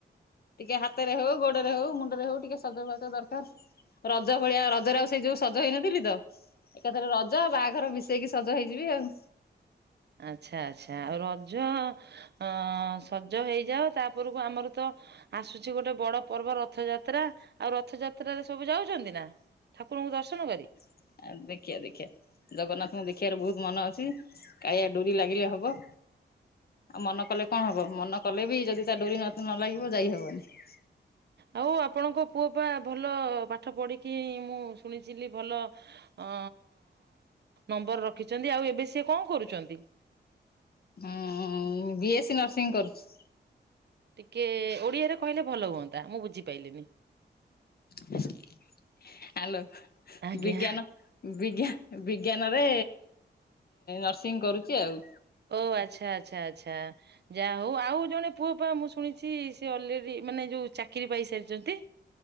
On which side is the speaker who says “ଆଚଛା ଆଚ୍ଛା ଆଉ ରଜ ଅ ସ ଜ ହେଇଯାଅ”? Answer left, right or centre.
Right